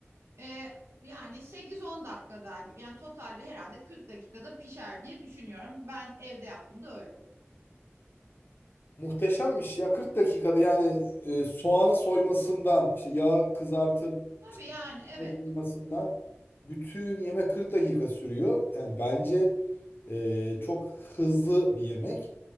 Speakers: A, on the right; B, on the left.
A: e, yani 8-10 dakika daha gibi. Yani totalde herhalde 40 dakikada pişer diye düşünüyorum. Ben evde yaptığımda öyle oluyor.
B: Muhteşemmiş ya 40 dakikada yani e, soğanı soymasından işte yağı kızartıp
A: Tabii
B: işte
A: yani evet.
B: et soymasından bütün yemek 40 dakika sürüyor. Yani bence e, çok hızlı bir yemek